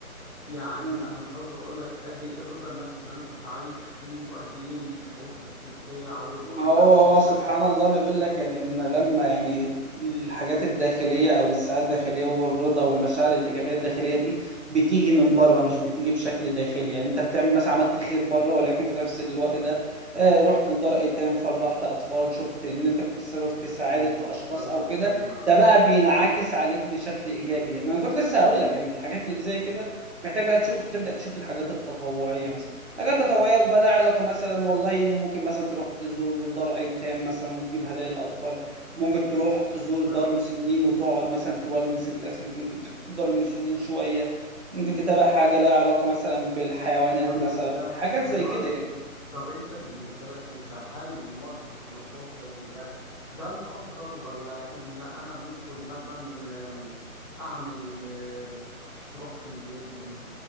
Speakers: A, on the left; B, on the right.
A: يعني
B: م.
A: انا مش عاوز اقول لك قد ايه الرضا النفسي اللي انا كنت عايش فيه وقد ايه الشعور بالاستمتاع والراحه
B: ما هو
A: النفسيه
B: هو سبحان الله بيقول لك يعني ان لما يعني الحاجات الداخليه او السعاده الداخليه والرضا والمشاعر الايجابيه الداخليه دي بتيجي من بره مش بتيجي بشكل داخلي يعني انت بتعمل مثلا عملت خير بره وليكن في نفس الوقت ده آه رحت لدار ايتام فرحت اطفال شفت ان انت كنت سبب في سعاده
A: بالظبط
B: اشخاص
A: ده اللي
B: او
A: انا بتكلم
B: كده
A: عنه
B: ده بقى بينعكس عليك بشكل ايجابي يعني انا كنت لسه هقول لك يعني الحاجات اللي زي كده محتاج بقى تشوف تبدا تشوف الحاجات التطوعيه مثلا حاجات تطوعية بقى لها علاقة مثلا والله ممكن مثلا تروح تزور دار أيتام مثلا وتجيب هدايا للأطفال ممكن تروح تزور دار
A: ف-
B: مسنين وتقعد مثلا تونس الناس اللي في دار المسنين شوية ممكن تتابع حاجة لها علاقة مثلا بالحيوانات
A: طب
B: مثلا
A: انت
B: حاجات
A: حلو
B: زي كده
A: قوي
B: يعني
A: طب انت بالنسبة لك انت هل ممارسة نشاط زي ده ده الافضل ولا ان انا ممكن مثلا آم، اعمل آم، اشتراك في النادي